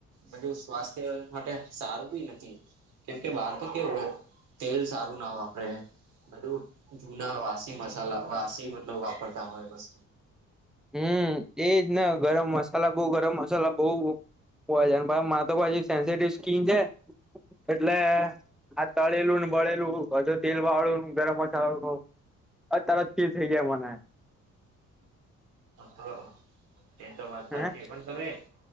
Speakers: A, on the right; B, in the centre.
A: બધું સ્વાસ્થ્ય માટે સારું બી નથી. કેમ કે બહાર તો કેવું હોય તેલ સારું ના વાપરે. બધું જુના વાસી મસાલા વાસી મતલબ વાપરતા હોય બસ.
B: હમ એજ ને ગરમ મસાલા બઉ ગરમ મસાલા બહુ હોય છે અને મારે તો પછી સેન્સટિવ સ્કીન છે. એટલે આ તળેલું ને બળેલું વધારે તેલ વાળું ને ગરમ મસાલો અ તરત ફિલ થઈ જાય મને
A: હઅ એ તો વાત સાચી
B: હે
A: પણ તમે